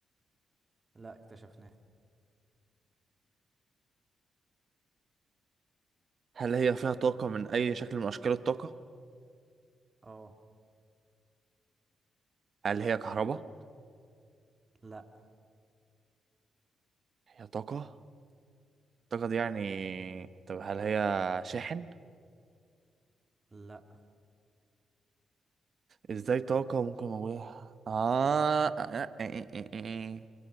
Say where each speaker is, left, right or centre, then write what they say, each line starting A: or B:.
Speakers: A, on the right; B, on the right.
A: لا اكتشفناها
B: هل هي فيها طاقة من أي شكل من أشكال الطاقة؟
A: اه
B: هل هي كهرباء؟
A: لا
B: هي طاقة؟ الطاقة دي يعني طب هل هي شاحن؟
A: لا
B: إزاي طاقة ممكن موجودة؟ آه آه، آه، آه، آه، آه.